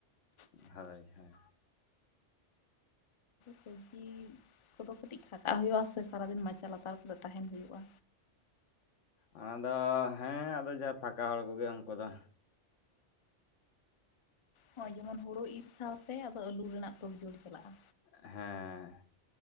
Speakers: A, on the left (about 80°); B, on the left (about 35°).
A: ᱦᱳᱭ ᱦᱳᱭ
B: ᱥᱚᱵᱽᱡᱤ ᱠᱚᱫᱚ ᱠᱟᱹᱴᱤᱡ ᱠᱷᱟᱴᱟᱜ ᱦᱩᱭᱩᱜᱼᱟ ᱥᱮ ᱥᱟᱨᱟ ᱫᱤᱱ ᱢᱟᱪᱟ ᱞᱟᱛᱟᱨ ᱠᱚᱨᱮ ᱛᱟᱦᱮᱱ ᱦᱩᱭᱩᱜᱼᱟ
A: ᱚᱱᱟᱫᱚ ᱦᱮᱸ ᱟᱫᱚ ᱡᱟᱦᱟᱸ ᱯᱷᱟᱸᱠᱟ ᱦᱚᱲ ᱠᱚᱜᱮ ᱩᱱᱠᱩ ᱫᱚ
B: ᱱᱚᱜᱼᱚᱭ ᱡᱮᱢᱚᱱ ᱦᱩᱲᱳ ᱤᱨ ᱥᱟᱶᱛᱮ ᱟᱫᱚ ᱟᱹᱞᱩ ᱨᱮᱱᱟᱜ ᱛᱳᱲ ᱡᱳᱲ ᱪᱟᱞᱟᱜᱼᱟ
A: ᱦᱮᱸ